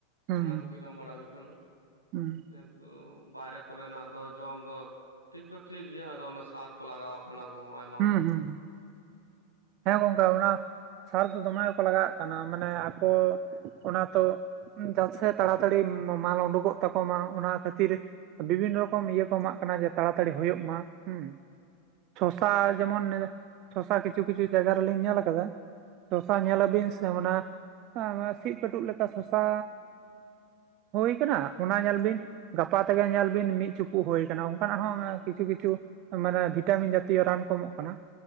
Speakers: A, on the right (about 40°); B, on the right (about 90°).
A: ᱦᱩᱸ,
B: ᱚᱱᱟ ᱠᱚ ᱜᱮ ᱡᱚᱢ ᱵᱟᱲᱟ ᱦᱩᱭᱩᱜ ᱠᱟᱱᱟ
A: ᱦᱩᱸ,
B: ᱡᱮ ᱦᱮᱛᱩ ᱵᱟᱭᱨᱮ ᱠᱚᱨᱮᱱᱟᱜ ᱫᱚ ᱡᱚᱢ ᱫᱚ ᱴᱷᱤᱠ ᱫᱚ ᱴᱷᱤᱠ ᱜᱮᱭᱟ ᱟᱫᱚ ᱚᱱᱟ ᱥᱟᱨ ᱠᱚ ᱞᱟᱜᱟᱣᱟᱜ ᱠᱟᱱᱟ ᱠᱚ ᱟᱭᱢᱟ᱾
A: ᱦᱩᱸ, ᱦᱩᱸ, ᱦᱮᱸ ᱜᱚᱝᱠᱮ ᱚᱱᱟ ᱥᱟᱨ ᱫᱚ ᱫᱚᱢᱮ ᱜᱮᱠᱚ ᱞᱟᱜᱟᱶᱟᱜ ᱠᱟᱱᱟ ᱢᱟᱱᱮ ᱟᱠᱚ ᱚᱱᱟ ᱛᱚ ᱡᱟᱛᱮ ᱛᱟᱲᱟᱛᱟᱲᱤ ᱢᱟᱞ ᱩᱰᱩᱠᱚᱜ ᱛᱟᱠᱚ ᱢᱟ ᱚᱱᱟ ᱠᱷᱟᱹᱛᱤᱨ᱾ ᱵᱤᱵᱷᱤᱱᱱᱚ ᱨᱚᱠᱚᱢ ᱤᱭᱟᱹ ᱠᱚ ᱮᱢᱟᱜ ᱠᱟᱱᱟ ᱡᱮ ᱛᱟᱲᱟᱛᱟᱲᱤ ᱦᱩᱭᱩᱜ ᱢᱟ ᱦᱩ᱾ ᱥᱚᱥᱟ ᱡᱮᱢᱚᱱ ᱥᱚᱥᱟ ᱠᱤᱪᱷᱩ ᱠᱤᱪᱷᱩ ᱡᱟᱭᱜᱟ ᱨᱮᱞᱤᱧ ᱧᱮᱞ ᱟᱠᱟᱫᱟ᱾ ᱥᱚᱥᱟ ᱧᱮᱞ ᱟᱵᱤᱱ ᱥᱮ ᱢᱟᱱᱮ ᱥᱤᱵ ᱠᱟᱹᱴᱩᱵ ᱞᱮᱠᱟ ᱥᱚᱥᱟ ᱦᱩᱭ ᱟᱠᱟᱱᱟ ᱚᱱᱟ ᱧᱮᱞ ᱵᱤᱱ᱾ ᱜᱟᱯᱟ ᱛᱮᱜᱮ ᱧᱮᱞ ᱵᱤᱱ ᱢᱤᱫ ᱪᱩᱯᱩᱜ ᱦᱩᱭ ᱟᱠᱟᱱᱟ ᱚᱱᱠᱟᱱᱟᱜ ᱦᱚᱸ ᱠᱤᱪᱷᱩ ᱠᱤᱪᱷᱩ ᱢᱟᱱᱮ ᱵᱷᱤᱴᱟᱢᱤᱱ ᱡᱟᱛᱮ ᱛᱤᱭᱚ ᱨᱟᱱ ᱠᱚ ᱮᱢᱚᱜ ᱠᱟᱱᱟ